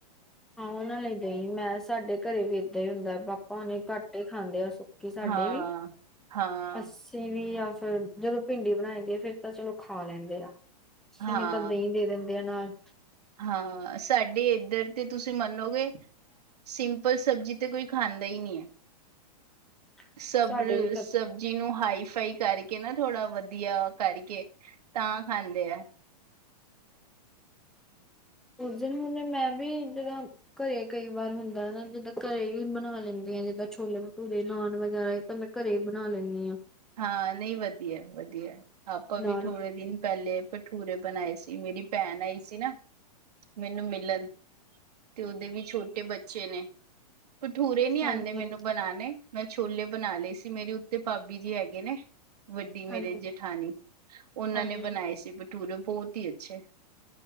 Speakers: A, in the centre; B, on the right.
A: ਹਾਂ ਉਹਨਾਂ ਲਈ ਦਹੀਂ ਮੈਂ ਸਾਡੇ ਘਰੇ ਵੀ ਏਦਾਂ ਹੀ ਹੁੰਦਾ। ਪਾਪਾ ਹਣੇ ਘੱਟ ਹੀ ਖਾਂਦੇ ਆ ਸੁੱਕੀ ਸਾਡੇ
B: ਹਾਂ।
A: ਵੀ
B: ਹਾਂ,
A: ਅੱਸੀ ਵੀ ਫਿਰ ਜਦੋਂ ਭਿੰਡੀ ਬਣਾਈ ਦੀ ਆ ਫੇਰ ਤਾਂ ਚਲੋ ਖਾ ਲੈਂਦੇ ਆ
B: ਹਾਂ
A: ਨਹੀਂ ਤਾਂ ਦਹੀਂ ਦੇ ਦਿੰਦੇ ਆ ਨਾਲ
B: ਹਾਂ ਸਾਡੇ ਇੱਧਰ ਤੇ ਤੁਸੀਂ ਮੰਨੋਗੇ ਸਿੰਪਲ ਸਬਜ਼ੀ ਤੇ ਕੋਈ ਖਾਂਦਾ ਹੀ ਨਹੀਂ ਹੈ।
A: <unintelligible>
B: ਸਬ
A: ਸਾਡੇ ਵੀ
B: ਸਬਜ਼ੀ ਨੂੰ ਹਾਈਫਾਈ ਕਰਕੇ ਨਾ ਥੋੜਾ ਵਧੀਆ ਕਰਕੇ ਤਾਂ ਖਾਂਦੇ ਆ
A: ਉਸ ਦਿਨ ਹੁਣ ਮੈਂ ਵੀ ਜਿਦਾਂ ਘਰੇ ਕਈ ਵਾਰ ਹੁੰਦਾ ਨਾ ਜਿੱਦਾਂ ਘਰੇ ਹੀ ਬਣਾ ਲੈਂਦੀ ਜਿੱਦਾਂ ਛੋਲੇ ਭਟੂਰੇ ਨਾਨ ਵਗੈਰਾ ਇਹ ਤਾਂ ਮੈਂ ਘਰੇ ਹੀ ਬਣਾ ਲੈਂਨੀ ਆ
B: ਹਾਂ ਨਹੀਂ ਵਧੀਆ ਵਧੀਆ ਆਪਾਂ ਵੀ
A: ਨਾਲ
B: ਥੋੜੇ ਦਿਨ ਪਹਿਲੇ ਭਠੂਰੇ ਬਣਾਏ ਸੀ ਮੇਰੀ ਭੈਣ ਆਈ ਸੀ ਨਾ ਮੈਨੂੰ ਮਿਲਣ ਤੇ ਉਹਦੇ ਵੀ ਛੋਟੇ ਬੱਚੇ ਨੇ ਭਠੂਰੇ ਨੀ ਆਉਂਦੇ
A: ਹਾਂਜੀ
B: ਮੈਨੂੰ
A: ਹਾਂਜੀ
B: ਬਣਾਉਣੇ ਮੈਂ ਛੋਲੇ ਬਣਾ ਲਏ ਸੀ ਮੇਰੀ ਉੱਤੇ ਭਾਬੀ ਜੀ ਹੈਗੇ ਨੇ ਵੱਡੀ ਮੇਰੇ
A: ਹਾਂਜੀ
B: ਜੇਠਾਨੀ ਉਹਨਾਂ
A: ਹਾਂਜੀ
B: ਨੇ ਬਣਾਏ ਸੀ। ਭਟੂਰੇ ਬਹੁਤ ਹੀ ਅੱਛੇ